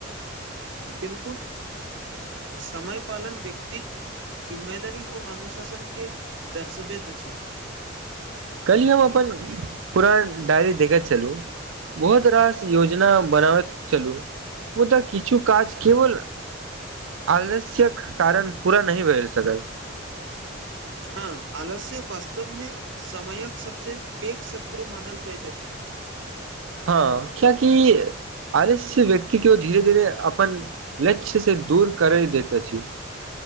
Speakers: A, on the right; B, on the right.
A: बिल्कुल समयपालन व्यक्ति जिम्मेदारी ओ अनुशासन के दर्शाबैत अछि
B: कल्हि हम अपन पूरा डायरी देखैत छलहुँ बहुत रास योजना बनाबैत चलू मुदा किछु काज के बल आलस्यक कारण पूरा नहि भेल सकल
A: हँ आलस्य वास्तव मे समयक सबसँ पैघ शत्रु मानल जाइत अछि
B: हँ कियाकि आलस्य व्यक्ति के धीरे धीरे अपन लक्षय से दूर करै देत अछि <unintelligible>